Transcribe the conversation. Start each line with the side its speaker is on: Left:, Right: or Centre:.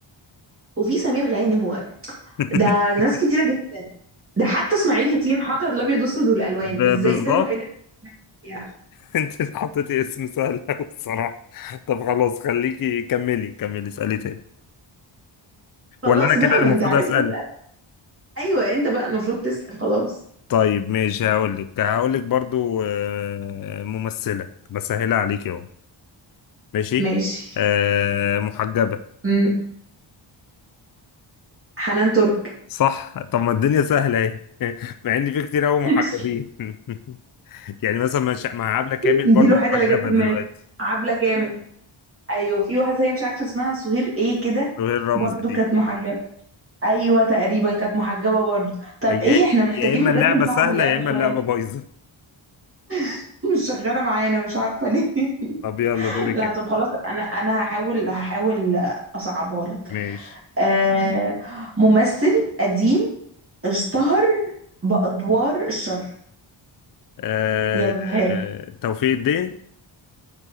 Right: وفي سمير غانم و...
Left: <laughs>
Right: ده ناس كتيره جدا ده حتى اسماعيل ياسين حضر الابيض واسود والالوان
Left: ب-
Right: ازاي
Left: بالظبط
Right: ده الوحيد اللي
Left: <laughs> انت اللي حطيتي اسم سهل قوي الصراحه طب خلاص خليكي كملي كملي اسالي تاني
Right: خلاص
Left: ولا انا
Right: بقى
Left: كده اللي
Right: ما
Left: المفروض
Right: انت عرفت
Left: اسال
Right: تسأل ايوه انت بقى المفروض تسأل خلاص
Left: طيب ماشي هقول لك هقول لك برضو آه، ممثلة بسهلها عليك اهو ماشي
Right: ماشي
Left: آه، محجبة
Right: امم حنان ترك
Left: صح طب ما الدنيا سهلة اهي <laughs> مع ان في كتير قوي
Right: <laughs>
Left: محجبين <laughs> يعني مثلا مش مع عبلة كامل
Right: دي
Left: برضو
Right: الوحيدة
Left: محجبة
Right: اللي جت في
Left: دلوقتي
Right: دماغي عبلة كامل ايوه في واحدة هي مش عارفة اسمها سهير ايه كده
Left: وهي الرمز
Right: برضو
Left: دي
Right: كانت محجبة ايوه تقريبا كانت محجبة برضو طب
Left: هي
Right: ايه احنا محتاجين
Left: يا اما اللعبة
Right: بجد نصعب
Left: سهلة
Right: اللعبة
Left: يا اما
Right: شوية
Left: اللعبة بايظة
Right: <laughs> مش شغالة معانا مش عارفة ليه <laughs>
Left: <laughs> طب يلا دورك
Right: لا
Left: انت
Right: طب خلاص انا انا هحاول هحاول اصعبها لك
Left: ماشي
Right: آه ممثل قديم اشتهر بأدوار الشر
Left: آه،
Right: يلا ها
Left: آه، توفيق الدين